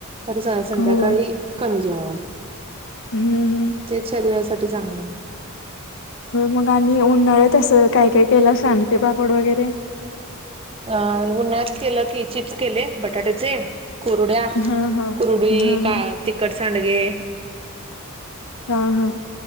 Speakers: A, on the right (about 25°); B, on the left (about 65°).
A: खरं संध्याकाळी
B: हो.
A: कमी जाेवाव.
B: हं, हं.
A: तेच शरीरासाठी चांगलं नाही.
B: मग आणि उन्हाळ्या तसं काय काय केलं सांडगे पापड वगैरे
A: अ उन्हाळ्यात केलं की चिप्स केले बटाट्याचे कुरुड्या
B: हां, हां.
A: कुरुडी
B: हां,
A: का
B: हां.
A: तिखटसांडगे
B: हा हा